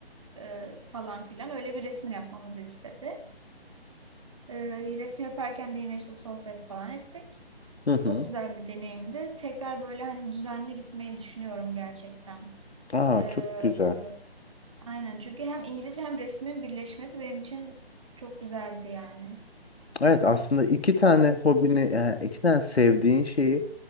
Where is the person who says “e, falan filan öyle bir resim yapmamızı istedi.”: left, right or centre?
Right